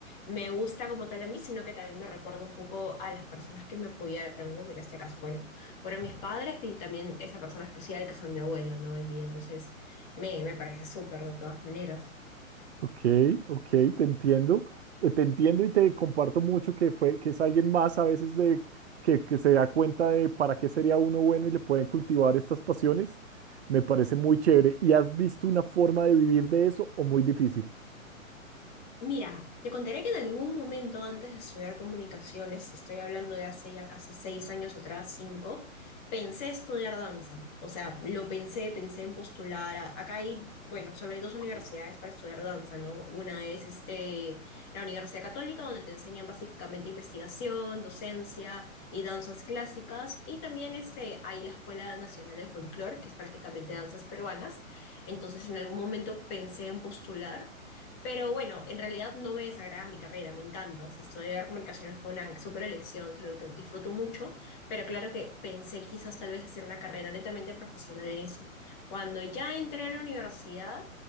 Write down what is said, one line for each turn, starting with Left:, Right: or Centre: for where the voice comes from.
Left: me gusta como tal a mí, sino que también me recuerda un poco a las personas que me apoyaron, ¿no? Que en este caso, bueno fueron mis padres y también esa persona especial que fue mi abuelo, ¿no? En vida. Entonces, me, me parece súper de todas maneras.
Right: Ok, ok, te entiendo, eh, te entiendo y te comparto mucho que fue, que es alguien más a veces de que, que se da cuenta de para qué sería uno bueno y le pueden cultivar estas pasiones. Me parece muy chévere. ¿Y has visto una forma de vivir de eso o muy difícil?
Left: Mira, te contaré que en algún momento antes de estudiar comunicaciones, estoy hablando de hace ya casi seis años atrás, cinco, pensé estudiar danza. O sea, lo pensé, pensé en postular. a- Acá hay, bueno, solo hay dos universidades para estudiar danza, ¿no? Una es este, la Universidad Católica, donde te enseñan básicamente investigación, docencia y danzas clásicas. Y también este, hay la Escuela Nacional de Folclore, que es prácticamente danzas peruanas. Entonces, en algún momento pensé en postular. Pero bueno, en realidad no me desagrada mi carrera, me encanta. O sea, estudiar comunicaciones fue una súper elección, es algo que disfruto mucho, pero claro que pensé quizás tal vez hacer una carrera netamente profesional en eso. Cuando ya entré a la universidad,